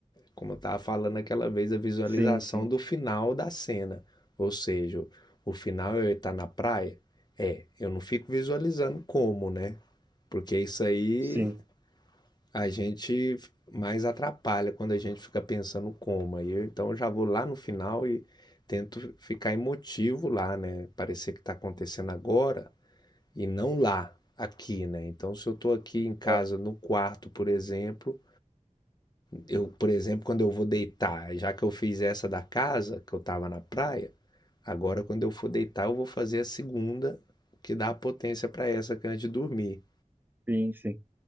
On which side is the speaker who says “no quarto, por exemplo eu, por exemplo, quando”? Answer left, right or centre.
Left